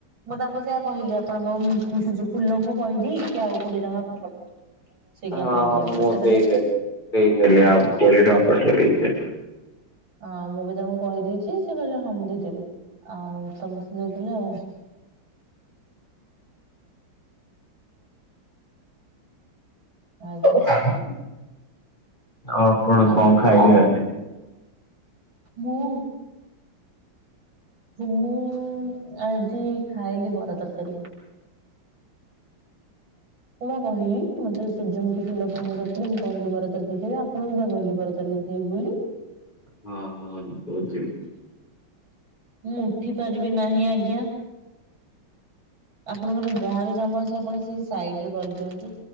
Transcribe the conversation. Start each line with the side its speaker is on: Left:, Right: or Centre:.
Right: ମୁଁ ତାଙ୍କୁ ସେୟା କହିଲି ଆପଣଙ୍କ ମ ସେ ଯୋଉ ଫୁଲଙ୍କୁ କହିଲି କି ଆଉ କୋଡିଏ ଟଙ୍କା। <unintelligible> ମିଶେଇକି
Left: ହଁ
Right: ଆପଣ ଦି
Left: ହଁ
Right: ଜଣ
Left: ମୁଁ
Right: ସେ କହିଲେ
Left: ଦେଇଦେଲି ଦେଇଦେଲି
Right: ହଁ
Left: ଆଉ କୋଡିଏ ଟଙ୍କା ପଠେଇଵି।
Right: ଆଉ ମୁଁ ବି ତାଙ୍କୁ କହିଦେଇଛି। ସେ କହିଲେ ହଁ ମୁଁ ଦେଇଦେବି, ଆଉ ସମସ୍ତେ ଦେଇଥିଲେ ଆଉ। ଆଜ୍ଞା
Left: <unintelligible> ଆଉ ଆପଣ
Right: ଆଉ
Left: କଣ ଖାଇଲେ ଆଜି?
Right: ମୁଁ? ମୁଁ ଆଜି ଖାଇଲି ବରା ତରକାରୀ। ମୁଁ ବା କହିଲି ମତେ ସୂର୍ଯ୍ୟମୁଖୀ ଫୁଲ ଫୋନ କରଥିଲେ ମୁଁ କହିଲି ବରା ତରକାରି ଖାଇ ଆପଣଙ୍କୁ ବି କହିଲି ବରାତରକାରୀ। <unintelligible> ବୋଲି।
Left: ହଁ ହଁ <unintelligible>
Right: ମୁଁ ଉଠି ପାରିବି ନାହିଁ ଆଜ୍ଞା। ଆପଣଙ୍କର ଯାହାବି କାମ ଅଛି ଆପଣ ସେଇ ସାଇଡ ରେ କରିଦିଅନ୍ତୁ।